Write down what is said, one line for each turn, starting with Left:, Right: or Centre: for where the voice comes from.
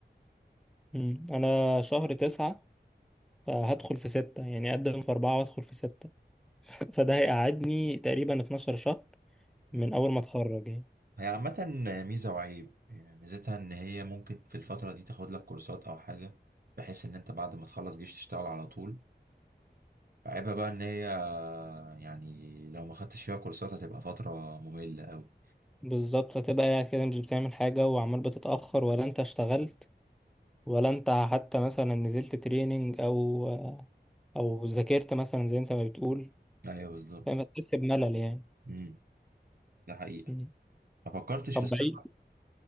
Centre: مم، انا شهر تسعة فهدخل في ستة يعني اقدم في اربعة وادخل في ستة <laughs> فده هيقعدني تقريبا 12 شهر
Right: مم.
Centre: من اول ما اتخرج يعني
Right: هي عامة ميزة وعيب يعني ميزتها إن هي ممكن في الفترة دي تاخد لك كورسات أو حاجة بحيث إن أنت بعد ما تخلص جيش تشتغل على طول عيبها بقى إن هي يعني لو ما خدتش فيها كورسات هتبقى فترة مملة أوي
Centre: بالظبط هتبقى قاعد كده مش بتعمل حاجة وعمال بتتأخر ولا انت اشتغلت ولا انت حتى مثلا نزلت تريننج او او ذاكرت مثلا زي انت ما بتقول
Right: أيوه بالظبط
Centre: فاهم هتحس بملل يعني
Right: امم ده حقيقة
Centre: مم.
Right: ما فكرتش
Centre: طب
Right: في السفر
Centre: بعيد